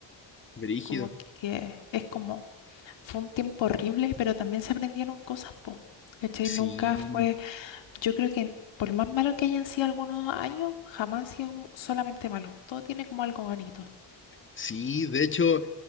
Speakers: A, on the left; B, on the left.
A: brígido.
B: Como que es como, fue un tiempo horrible, pero también se aprendieron cosas, po. ¿Cachai?
A: Sí,
B: Nunca fue yo creo que por más malo que hayan sido algunos años, jamás han sido como solamente malos. Todo tiene como algo bonito.
A: sí, de hecho,